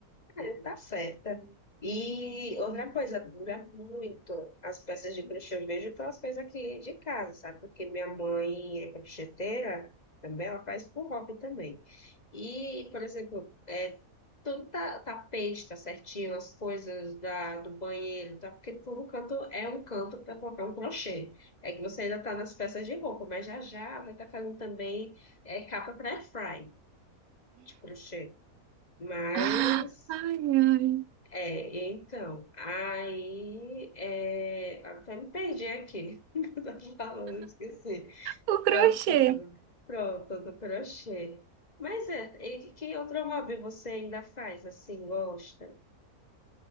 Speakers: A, on the left; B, on the right.
A: É, tá certa. E outra coisa, dura muito as peças de crochê. Eu vejo pelas coisas aqui de casa, sabe? Porque minha mãe é crocheteira também, ela faz por hobby também. E, por exemplo, é, tudo tá, tapete, tá certinho, as coisas da, do banheiro, tá? Porque todo canto é um canto para colocar um crochê. É que você ainda tá nas peças de roupa, mas já já vai estar fazendo também é, capa para airfry de crochê. Mas.
B: Ai, ai.
A: É, então, aí é, até me perdi aqui, <laughs> que eu tava falando, eu esqueci.
B: O crochê.
A: É o sono. Pronto, do crochê. Mas é, e que que outro hobby você ainda faz assim, gosta?